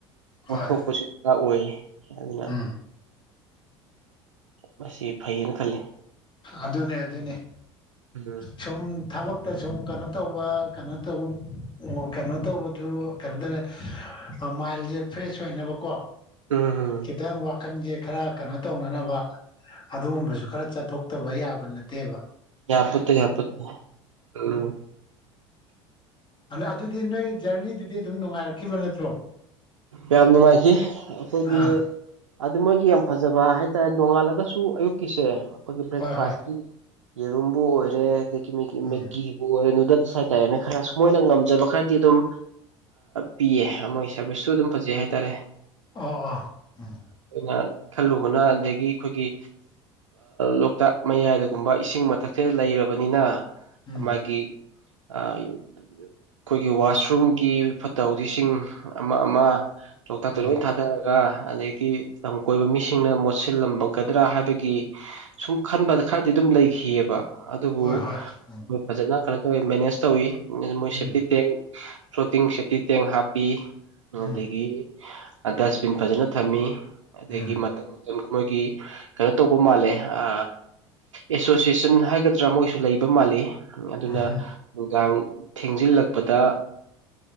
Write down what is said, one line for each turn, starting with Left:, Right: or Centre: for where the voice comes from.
Right: ꯑꯣꯊꯣꯛ
Left: ꯍꯣꯏ
Right: ꯄꯁꯤ ꯇ ꯑꯣꯏ ꯑꯗꯨꯅ
Left: ꯎꯝ
Right: ꯃꯁꯤ ꯐꯩꯌꯦꯅ ꯈꯜꯂꯤ
Left: ꯑꯗꯨꯅꯦ ꯑꯗꯨꯅꯦ
Right: ꯎꯝ
Left: ꯁꯨꯝ ꯊꯕꯛ ꯇ ꯁꯨꯝ ꯀꯩꯅꯣ ꯇꯧꯕ ꯀꯩꯅꯣ ꯇꯧ ꯑꯣ ꯀꯩꯅꯣ ꯇꯧꯕꯗꯨ ꯀꯩꯅꯣ ꯇꯧꯔꯦ ꯃꯥꯏꯟꯁꯦ ꯐ꯭ꯔꯦꯁ ꯑꯣꯏꯅꯕꯀꯣ
Right: ꯎꯝ
Left: ꯈꯤꯇꯪ ꯋꯥꯈꯜꯁꯦ ꯈꯔ ꯀꯩꯅꯣ ꯇꯧꯅꯅꯕ ꯑꯗꯨꯒꯨꯝꯕꯁꯨ ꯈꯔ ꯆꯠꯊꯣꯛꯇꯕ ꯌꯥꯕ ꯅꯠꯇꯦꯕ
Right: ꯌꯥꯄꯠꯇ ꯌꯥꯄꯠꯇ ꯎꯝ
Left: ꯑꯗ ꯑꯗꯨꯗꯤ ꯅꯣꯏ ꯖꯔꯅꯤꯗꯨꯗꯤ ꯑꯗꯨꯝ ꯅꯨꯡꯉꯥꯏꯔꯛꯈꯤꯕ ꯅꯠꯇ꯭ꯔꯣ
Right: ꯌꯥꯝ ꯅꯨꯡꯉꯥꯏꯈꯤ ꯑꯩꯈꯣꯏꯒꯤ
Left: ꯑꯥ
Right: ꯑꯗꯨ ꯃꯣꯏꯒꯤ ꯌꯥꯝ ꯐꯖꯕ ꯍꯥꯏꯇꯥꯔꯦ ꯅꯣꯡꯉꯥꯜꯂꯛ ꯑꯗꯨꯁꯨ ꯑꯌꯨꯛꯀꯤꯁꯦ ꯑꯩꯈꯣꯏꯒꯤ ꯕ꯭ꯔꯦꯛꯐꯥꯁꯀꯤ
Left: ꯍꯣꯏ ꯍꯣꯏ
Right: ꯌꯦꯔꯨꯝꯕꯨ ꯑꯣꯏꯔꯦ ꯃꯤꯒꯤ
Left: ꯎꯝ
Right: ꯃꯒꯤꯕꯣ ꯍꯥꯏꯇꯥꯔꯦꯅꯦ ꯈꯔ ꯃꯣꯏꯅ ꯉꯝꯖꯕ ꯈꯔꯗꯤ ꯑꯗꯨꯝ ꯄꯤꯑ ꯃꯣꯏꯒꯤ ꯁꯥꯔꯚꯤꯁꯁꯨ ꯑꯗꯨꯝ ꯐꯖꯩ ꯍꯥꯏꯇꯥꯔꯦ
Left: ꯑꯣ ꯑ ꯎꯝ
Right: ꯑꯩꯈꯣꯏꯅ ꯈꯜꯂꯨꯕꯅ ꯑꯗꯒꯤ ꯑꯩꯈꯣꯏꯒꯤ ꯂꯣꯛꯇꯥꯛ ꯃꯌꯥꯏꯗꯒꯨꯝꯕ ꯏꯁꯤꯡ ꯃꯊꯛꯁꯤꯗ ꯂꯩ ꯔꯕꯅꯤꯅ
Left: ꯎꯝ
Right: ꯃꯥꯒꯤ ꯑꯩꯈꯣꯏꯒꯤ ꯋꯥꯁꯔꯨꯝꯒꯤ ꯐꯠꯇ ꯍꯥꯎꯗꯤꯁꯤꯡ ꯑꯃ ꯑꯃ ꯂꯣꯀꯇꯥꯛꯇ
Left: ꯎꯝ
Right: ꯂꯣꯏꯅ ꯊꯥꯗ ꯔ ꯑꯗꯩꯗꯤ ꯂꯝ ꯀꯣꯏꯕ ꯃꯤꯁꯤꯡꯅ ꯃꯣꯠꯁꯤꯜꯂꯝꯒꯗ꯭ꯔꯥ ꯍꯥꯏꯕꯒꯤ ꯁꯨꯝ ꯈꯟꯕꯗ ꯈꯔꯗꯤ ꯑꯗꯨꯝ ꯂꯩꯈꯤꯑꯕ ꯑꯗꯨꯕꯨ
Left: ꯍꯣꯏ ꯍꯣꯏ ꯎꯝ
Right: ꯃꯣꯏ ꯐꯖꯅ ꯈꯔ ꯑꯩꯈꯣꯏ ꯃꯦꯅꯦꯖ ꯇꯧꯋꯤ ꯃꯣꯏ
Left: ꯎꯝ
Right: ꯁꯦꯞꯇꯤ ꯇꯦꯡꯀ ꯐ꯭ꯂꯣꯇꯤꯡ ꯁꯦꯞꯇꯤ ꯇꯦꯡ ꯍꯥꯞꯄꯤ꯫
Left: ꯎꯝ
Right: ꯑꯗꯒꯤ ꯗꯁꯕꯤꯟ ꯐꯖꯅ ꯊꯝꯃꯤ ꯑꯗꯒꯤ
Left: ꯎꯝ
Right: ꯃꯇꯝ ꯃꯣꯏꯒꯤ ꯀꯩꯅꯣ ꯇꯧꯕ ꯃꯥꯜꯂꯦ ꯑ ꯑꯦꯁꯣꯁꯤꯌꯦꯁꯟ ꯍꯥꯏꯒꯗ꯭ꯔꯥ ꯃꯣꯏꯁꯨ ꯂꯩꯕ ꯃꯥꯜꯂꯤ ꯑꯗꯨꯅ
Left: ꯎꯝ
Right: ꯅꯨꯡꯗꯥꯡ ꯇꯨꯝ ꯊꯦꯡꯖꯤꯜꯂꯛꯄꯗ